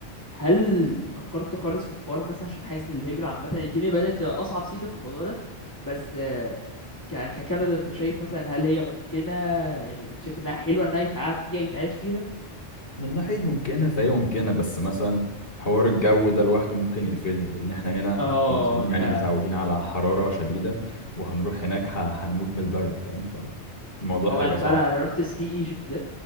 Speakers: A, on the left; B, on the left.
A: هل فكرت خالص في الحوار مثلا عشان حاسس ان الهجرة عامة الدنيا بدأت تبقى أصعب سيكة في الموضوع ده بس آه، ك- ككندا انت شايف مثلا هل هي ممكنة يعني انت شايف انها حلوة انها يتقعد فيها يتعايش فيها
B: من ناحية ممكنة فهي ممكنة بس مثلا حوار الجو ده لوحده ممكن يقفلني لأن احنا هنا
A: اه
B: كمصريين
A: انت
B: يعني متعودين على حرارة شديدة وهنروح هناك ه- هنموت من البرد فاهم فالموضوع
A: او
B: هيبقى
A: انا فعلا
B: صعب
A: انا رحت سكي ايجيبت ده